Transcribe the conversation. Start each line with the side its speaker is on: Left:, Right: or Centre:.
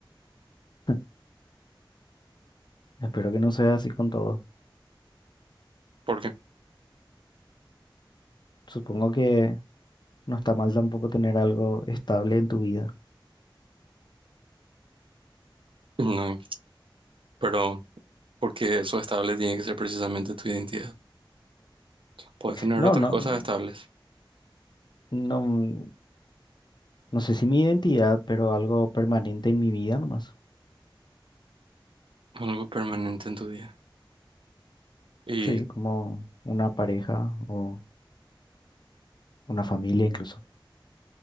Left: <laughs> Espero que no sea así con todo.
Right: ¿Por qué?
Left: Supongo que no está mal tampoco tener algo estable en tu vida
Right: No, pero porque eso estable tiene que ser precisamente tu identidad. Puedes tener
Left: No,
Right: otras
Left: no,
Right: cosas estables,
Left: no, no sé si mi identidad, pero algo permanente en mi vida nomás.
Right: algo permanente en tu día. Y
Left: Sí, como una pareja o una familia incluso.